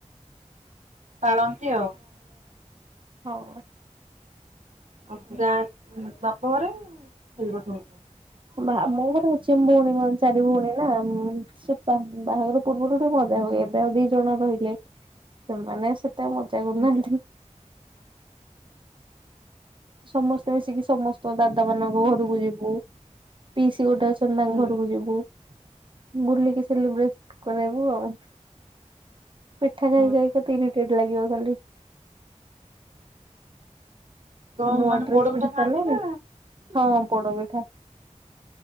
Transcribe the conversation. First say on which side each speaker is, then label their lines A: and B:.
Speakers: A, on the right; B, on the right.
A: ପାଳନ୍ତି ଆଉ।
B: ହଉ।
A: ଆଉ ଗାଁ ବାପ ଘରେ <unintelligible>
B: ବା ମୋ ମୋ ଘରେ ଅଛି, ମୋର ଚାରି ଭଉଣୀ ନା ସେ ବାହାଘର ପୂର୍ବରୁୁ ଗୋଟେ ମଜା ହୁଏ ଏବେ ଆଉ ଦି ଜଣ ରହିଲେ। ସେମାନେେ ସେ କେତେ ମଜା କରୁ
A: ହୁଁ
B: ନାହାନ୍ତି। ସମସ୍ତେ ମିଶିକି ସମସ୍ତ ଦାଦା ମାନଙ୍କ ଘରକୁ ଯିବୁ। ପିଇସ ଗୋଟେ ଡ୍ରେସ୍ ପିନ୍ଧନା
A: ହୁଁ
B: ଘରକୁ ଯିବୁ। ବୁଲିକି ସେଲିବ୍ରେଟ କରେଇବୁ ଆଉ। ପିଠା ଖାଇକା
A: ହଁ
B: ତିନି ଟାଇମ୍ ଲାଗିବ ଖାଲି।
A: କଣ
B: ଆଉ ନୂଆ
A: ମାନେ
B: ଡ୍ରେସ
A: ପୋଡପିଠା
B: କିଣି
A: ଖାଆନ୍ତି
B: ସାରିଲଣି?
A: ନା
B: ହଁ। ପୋଡ଼ ପିଠା।